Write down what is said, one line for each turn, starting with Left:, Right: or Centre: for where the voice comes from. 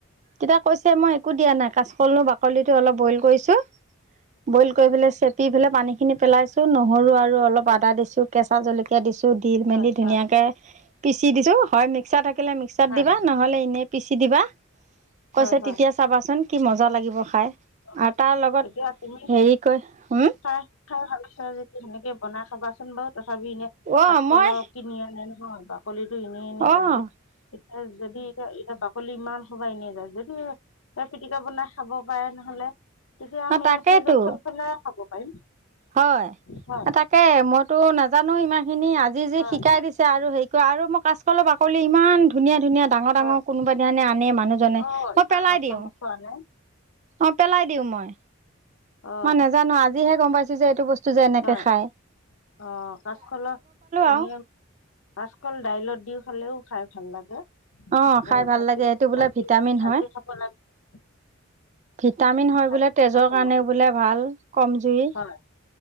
Right: তেতিয়া কৈছে মই একো দিয়া নাই কাচকলো বাকলিটো অলপ বইল কৰিছোঁ বইল কৰি পেলালে চেপি পেলাই পানী খিনি পেলাইছো নহৰু আৰু অলপ
Left: হয়
Right: আদা দিছো কেঁচা জলকীয়া দিছো দি মেলি
Left: হয় হয়
Right: ধুনীয়াকে
Left: হয়
Right: পিচি দিছো হয় মিক্সাৰ থাকিলে মিক্সাত
Left: হয়
Right: দিবা নহ'লে এনেই পিচি দিবা কৈছে
Left: হয় হয়
Right: তেতিয়া চাবাচোন কি মজা লাগিব খাই
Left: অঁ
Right: আৰু তাৰ লগত
Left: এতিয়া তুমি
Right: হেৰি কৈ হম
Left: খাই খাই ভালপাইছ যদি সেনেকে বনাই খাবাচোন বাৰু তথাপি এনে
Right: অ'
Left: কাচকলৰ
Right: মই
Left: কিনি আনে নহয় বাকলিটো এনেই-এনেই
Right: অ'
Left: যায় দেই। এ যদি এতিয়া-এতিয়া বাকলি ইমান সোপাই এনেইয়ে যায় যদি পিটিকা বনাই খাব পাৰে নহলে তেতিয়া আমি
Right: তাকেইতো
Left: ফ্ৰিজত থৈ পেলাই খাব পাৰিম।
Right: হয়
Left: হয়
Right: তাকে মইতো নাজানো ইমান খিনি আজি যে
Left: হয়
Right: শিকাই দিছে আৰু হেৰি কৰা আৰু মই কাচকলৰ বাকলি ইমান ধুনীয়া ধুনীয়া ডাঙ-ডাঙৰ
Left: হয়
Right: কোনোবা এদিনাখনি আনে মানুহজনে
Left: অ'
Right: মই
Left: ইমান
Right: পেলাই
Left: মস্ত
Right: দিওঁ।
Left: মস্ত আনে
Right: অঁ পেলাই দিওঁ মই।
Left: অ'
Right: মই নাজানো আজিহে গম পাইছো যে এইটো বস্তু যে এনেকে
Left: হয়
Right: খাই।
Left: অ কাচকলৰ এনে
Right: আৰু
Left: কাচকল দাইলত দি খালেও খাই ভাল লাগে
Right: অ
Left: আকৌ
Right: খাই ভাল
Left: ভাজি
Right: লাগে এইটো বোলে
Left: ভাজি
Right: ভিটামিন
Left: ভাজি
Right: হয়
Left: খাব লাগে
Right: ভিটামিন হয়
Left: ভাজি
Right: বোলে
Left: খালেও
Right: তেজৰ
Left: ভাল
Right: কাৰণে
Left: লাগে
Right: বোলে ভাল কম জুৰি।
Left: হয়